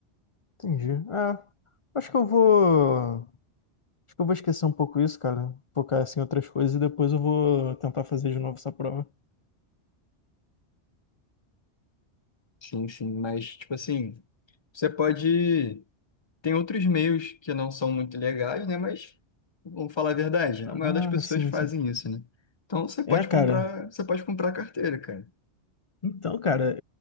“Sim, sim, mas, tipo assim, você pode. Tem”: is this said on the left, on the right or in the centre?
Left